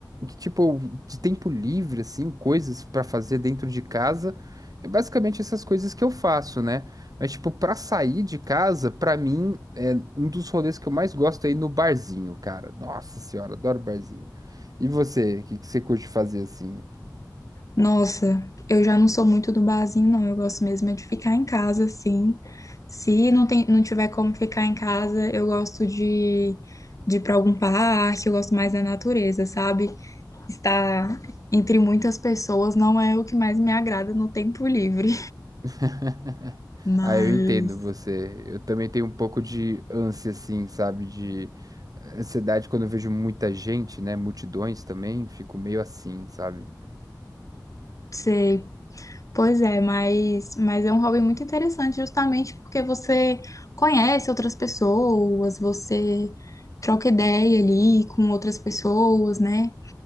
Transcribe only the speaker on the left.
Nossa, eu já não sou muito do barzinho, não. Eu gosto mesmo é de ficar em casa, sim. Se não tem, não tiver como ficar em casa, eu gosto de, de ir para algum parque, eu gosto mais da natureza, sabe? Estar entre muitas pessoas não é o que mais me agrada no tempo livre.
<laughs>
Mas,
sei. Pois é, mas, mas é um hobby muito interessante, justamente porque você conhece outras pessoas, você troca ideia ali com outras pessoas, né?